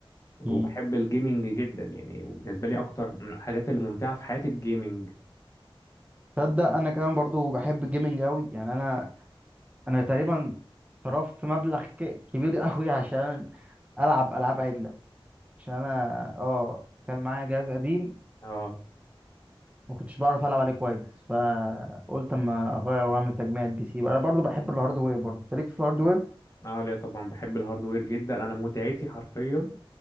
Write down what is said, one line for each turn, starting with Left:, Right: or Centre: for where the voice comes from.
Right: مم.
Left: وبحب الجيمنج جدا يعني وبالنسبه لي اكتر من الحاجات اللي ممتعه في حياتي الجيمنج
Right: تصدق انا كمان برضو بحب الجيمنج قوي يعني انا انا تقريبا صرفت مبلغ ك... كبير <laughs> قوي عشان العب العاب عدله عشان انا اه كان معايا جهاز قديم
Left: اه
Right: ما كنتش بعرف العب عليه كويس فقلت اما اغير واعمل تجميعة بي سي انا برضو بحب الهاردوير برضو أنت ليك في الهاردوير
Left: اه لا طبعا بحب الهاردوير جدا انا متعتي حرفيا